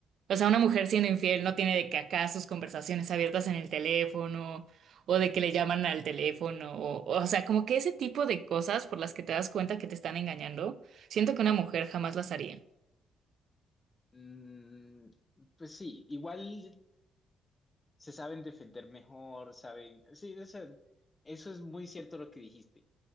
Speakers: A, on the right; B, on the left.
A: O sea, una mujer siendo infiel no tiene de que acá sus conversaciones abiertas en el teléfono o de que le llaman al teléfono o, o sea, como que ese tipo de cosas por las que te das cuenta que te están engañando, siento que una mujer jamás las haría.
B: mm, pues sí, igual se saben defender mejor, saben, sí, o sea, eso es muy cierto lo que dijiste,